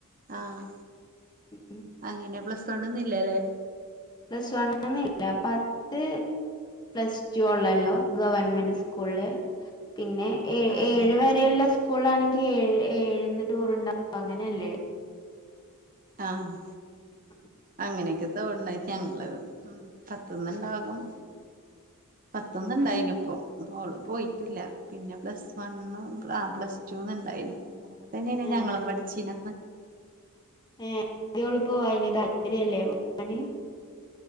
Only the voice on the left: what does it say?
ഉം
പ്ലസ് വൺന്നില്ല അഹ് പത്ത് പ്ലസ് ടു ഒള്ളല്ലോ ഗവൺമെന്റ് സ്കൂളില് പിന്നെ ഏ
ഏഴ് വരെയുള്ള സ്കൂളാണെങ്കിൽ ഏഴ് ഏഴന്ന് ടൂർണ്ടാവും അങ്ങനെല്ലേ
<inaudible>
ഏ
ഏഹ് ന്ത്യേ ഓള് പോവായ് ന്ന് താല്പര്യല്ലേ പോവാന്